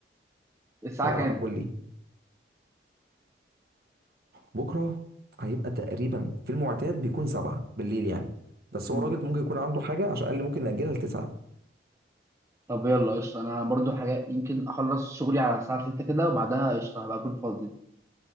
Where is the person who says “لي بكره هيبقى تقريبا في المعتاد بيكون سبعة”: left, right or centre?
Right